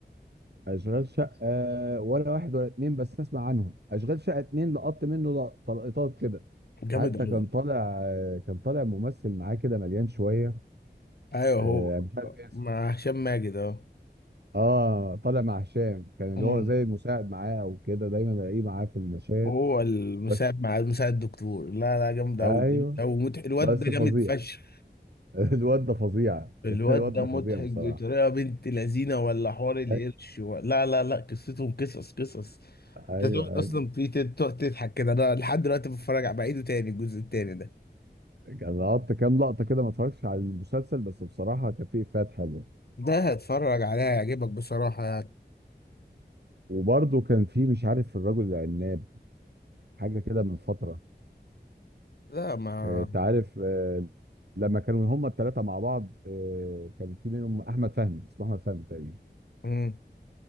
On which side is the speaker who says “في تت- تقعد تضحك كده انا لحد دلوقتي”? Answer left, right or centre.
Left